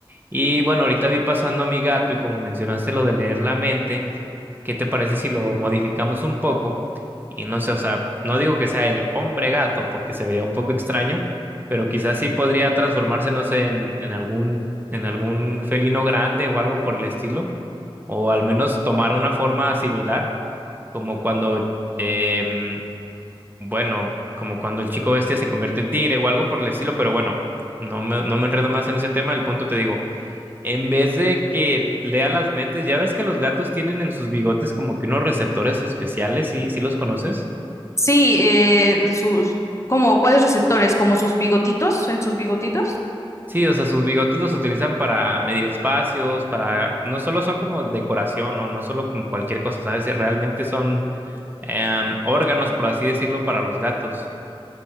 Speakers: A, on the right (about 20°); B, on the left (about 30°).
A: Y bueno, ahorita vi pasando a mi gato y como mencionaste lo de leer la mente, ¿qué te parece si lo modificamos un poco? Y no sé, o sea, no digo que sea el hombre gato porque se vería un poco extraño pero quizás sí podría transformarse, no sé, en, en algún, en algún felino grande o algo por el estilo, o al menos tomar una forma similar, como cuando, em, bueno, como cuando el chico bestia se convierte en tigre o algo por el estilo, pero bueno, no me, no me enredo más en ese tema, el punto te digo, en vez de que lea las mentes, ya ves que los gatos tienen en sus bigotes como que unos receptores especiales, ¿sí, sí los conoces?
B: Sí, eh, sus, como, ¿cuáles receptores? ¿Como sus bigotitos? ¿En sus bigotitos?
A: Sí, o sea, sus bigotes los utilizan para medir espacios, para... No solo son como decoración o no solo como cualquier cosa, ¿sabes? Realmente son em, órganos, por así decirlo, para los gatos.